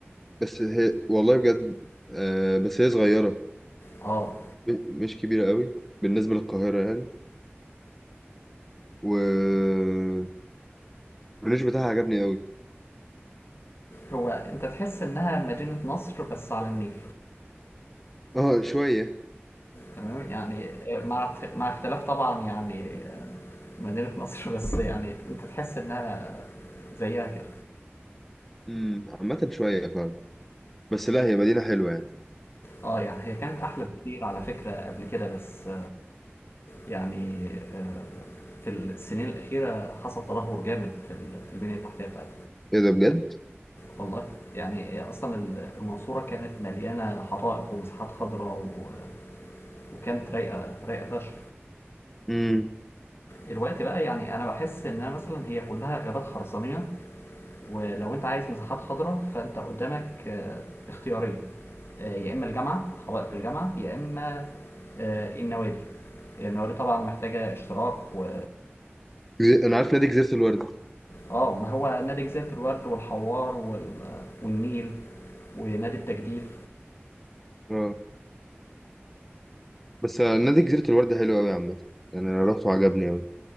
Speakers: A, in the centre; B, on the left.
A: بس هي والله بجد آه بس هي صغيره
B: اه
A: م- مش كبيره قوي بالنسبه للقاهره يعني والكورنيش <hesitation> بتاعها عجبني قوي
B: هو انت تحس انها مدينة نصر بس على النيل
A: اه شويه
B: تمام يعني مع مع اختلاف طبعا يعني مدينة نصر بس يعني انت تحس انها زيها كده
A: امم عامه شويه فعلا بس لا هي مدينه حلوه يعني
B: اه يعني هي كانت احلى بكتير على فكرة قبل كده بس يعني آه، في السنين الأخيرة حصل تدهور جامد في ال- في البنية التحتية بتاعتها
A: ايه ده بجد
B: والله يعني آه، أصلا ال- المنصورة كانت مليانة حدائق ومساحات خضراء و- وكانت رايقة رايقة فشخ
A: امم
B: الوقت بقى يعني أنا بحس إنها مثلا هي كلها غابات خرسانية ولو انت عايز مساحات خضراء فانت قدامك آه، اختيارين آه، يا اما الجامعه حدائق الجامعه يا اما آه، النوادي النوادي طبعا محتاجه اشتراك و
A: جز- انا عارف نادي جزيرة الورد
B: اه ما هو نادي جزيره الورد والحوار وال... والنيل ونادي التجديف
A: اه بس نادي جزيرة الورد حلو قوي عامة يعني انا رحت وعجبني قوي